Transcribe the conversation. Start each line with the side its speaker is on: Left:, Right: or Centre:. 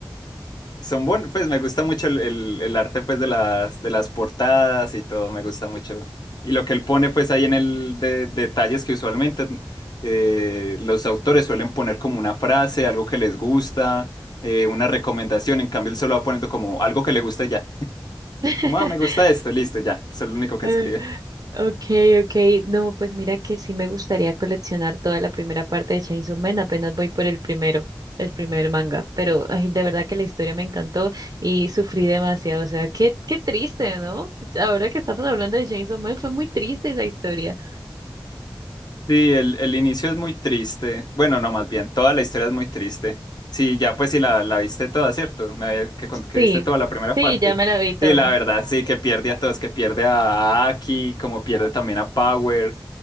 Left: son buenos, pues me gusta mucho el, el- el arte pues de las, de las portadas y todo, me gusta mucho. Y lo que él pone pues ahí en el de, detalles que usualmente eh, los autores suelen poner como una frase, algo que les gusta, eh, una recomendación, en cambio él solo va poniendo como algo que le gusta y ya.
Right: <laughs>
Left: Como, ah, me gusta esto, listo, ya, eso es lo único que
Right: Ay,
Left: escribe.
Right: Okay, okay. No, pues mira que sí me gustaría coleccionar toda la primera parte de Chainsaw Man. Apenas voy por el primero, el primer manga. Pero ay, de verdad que la historia me encantó y sufrí demasiado. O sea, qué, qué triste, ¿no? Ahora que estamos hablando de Chainsaw Man, fue muy triste esa historia.
Left: Sí, el, el inicio es muy triste. Bueno, no, más bien, toda la historia es muy triste. Sí, ya pues sí la, la viste toda, ¿cierto? Me había- que, con- que
Right: Sí,
Left: viste toda la primera
Right: sí,
Left: parte.
Right: ya me la vi toda.
Left: Sí, la verdad, sí, que pierde a todos, que pierde a Aki, como pierde también a Power.